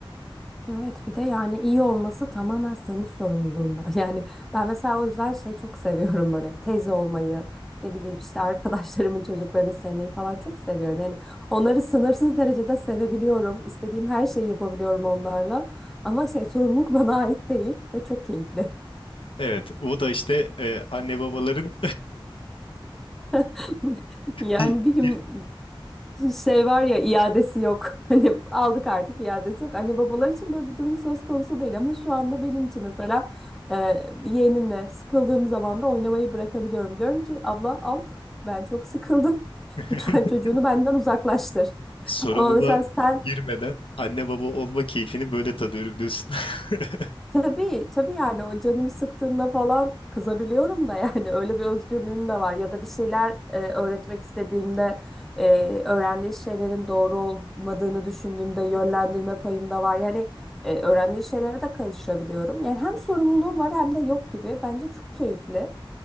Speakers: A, in the centre; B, on the left.
A: Evet bir de yani iyi olması tamamen senin sorumluluğunda. <laughs> Yani ben mesela o yüzden şey çok seviyorum böyle teyze olmayı, ne bileyim işte arkadaşlarımın çocuklarını sevmeyi falan çok seviyorum. Yani onları sınırsız derecede sevebiliyorum. İstediğim her şeyi yapabiliyorum onlarla. Ama şey sorumluluk bana ait değil ve çok keyifli.
B: Evet, o da işte e, anne babaların
A: <laughs> Yani
B: <laughs>
A: bir gün
B: bir
A: Şey var ya iadesi yok. <laughs> Hani aldık artık iadesi yok. Anne babalar için böyle bir durum söz konusu değil ama şu anda benim için mesela e, yeğenimle sıkıldığım zaman da oynamayı bırakabiliyorum. Diyorum ki abla al ben çok sıkıldım. <laughs>
B: <laughs>
A: Lütfen çocuğunu benden uzaklaştır.
B: sorumluluğa
A: Ama mesela sen
B: girmeden anne baba olma keyfini böyle tadıyorum diyorsun. <laughs>
A: Tabii, tabii yani o canımı sıktığında falan kızabiliyorum da yani <laughs> öyle bir özgürlüğüm de var. Ya da bir şeyler e, öğretmek istediğimde e, öğrendiği şeylerin doğru olmadığını düşündüğümde yönlendirme payım da var. Yani e, öğrendiği şeylere de karışabiliyorum. Yani hem sorumluluğum var hem de yok gibi. Bence çok keyifli.